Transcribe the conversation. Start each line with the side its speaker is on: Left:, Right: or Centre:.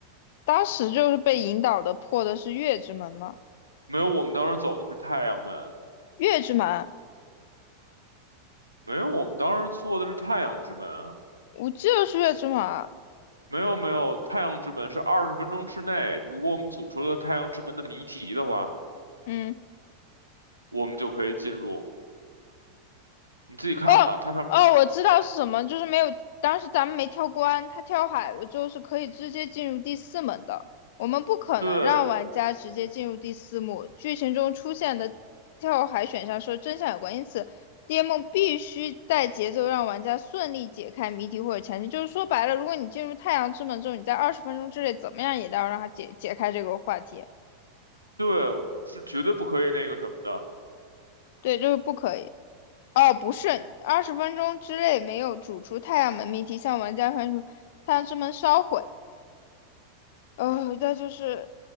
Left: 当时就是被引导的破的是月之门吗？
Right: 没有，我们当时走的是太阳门，
Left: 月之门，
Right: 没有，我们当时坐的是太阳之门啊，
Left: 我记得是月之门啊，
Right: 没有没有，太阳之门是二十分钟之内，如果我们组出了太阳之门的谜题的话，
Left: 嗯，
Right: 我们就可以进入，你自己看吧，
Left: 哦哦，
Right: 它上面，
Left: 我知道是什么，就是没有，当时咱们没跳关，他跳海了之后是可以直接进入第四门的。我们不可能让玩家直接进入第四幕。
Right: 对
Left: 剧情中出现的跳海选项是真相有关，因此 DM 必须带节奏让玩家顺利解开谜题或者前提。就是说白了，如果你进入太阳之门之后，你在二十分钟之内怎么样也得要让他解解开这个话题。
Right: 对，是绝对不可以那个什么的，
Left: 对，就是不可以。哦，不是，二十分钟之内没有煮出太阳门谜题，向玩家发出太阳之门烧毁。呃，那就是